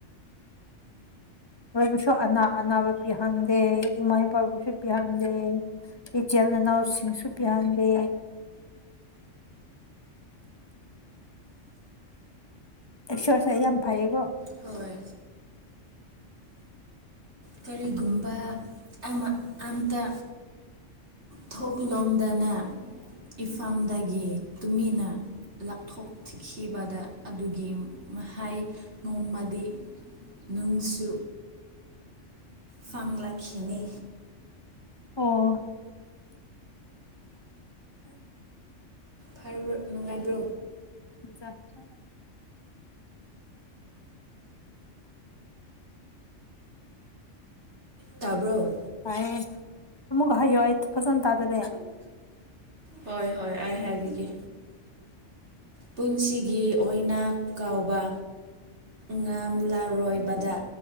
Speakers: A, on the left (about 20°); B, on the right (about 65°).
A: ꯃꯣꯏꯕꯨꯁꯨ ꯑꯅꯥ ꯑꯅꯥꯕ ꯄꯤꯍꯪꯗꯦ ꯏꯃꯥ ꯏꯄꯥꯕꯨꯁꯨ ꯄꯤꯍꯟꯗꯦ ꯏꯆꯦꯜ ꯅꯅꯥꯎꯁꯤꯡꯁꯨ ꯄꯤꯍꯟꯗ ꯑꯦ ꯁꯣꯔꯁ ꯌꯥꯝ ꯐꯩꯌꯦꯀꯣ
B: ꯍꯣꯏ ꯀꯔꯤꯒꯨꯝꯕ ꯑꯃ ꯑꯝꯇ꯫ ꯊꯣꯛꯂꯣꯝꯗꯅ ꯏꯐꯝꯗꯒꯤ ꯇꯨꯃꯤꯟꯅ꯫ ꯂꯥꯞꯊꯣꯛꯈꯤꯕꯗ ꯑꯗꯨꯒꯤ ꯃꯍꯩ ꯅꯣꯡꯃꯗꯤ꯫ ꯅꯨꯡꯁꯨ꯫ ꯐꯪ ꯂꯥꯛꯈꯤꯅꯤ꯫
A: ꯑꯣ꯫
B: ꯐꯔꯕ꯭ꯔꯣ ꯅꯨꯡꯉꯥꯏꯕ꯭ꯔꯣ꯫
A: ꯆꯥ <unintelligible>
B: ꯇꯥꯕ꯭ꯔꯣ꯫
A: ꯇꯥꯏꯌꯦ ꯑꯃꯨꯛꯀꯥ ꯍꯥꯏꯌꯣ ꯑꯩ ꯐꯖꯟ ꯇꯥꯗꯔꯦ꯫
B: ꯍꯣꯏ ꯍꯣꯏ ꯑꯩ ꯍꯥꯏꯕꯤꯒꯦ꯫ ꯄꯨꯟꯁꯤꯒꯤ ꯑꯣꯏꯅ ꯀꯥꯎꯕ꯫ ꯉꯥꯝꯂꯔꯣꯏꯕꯗ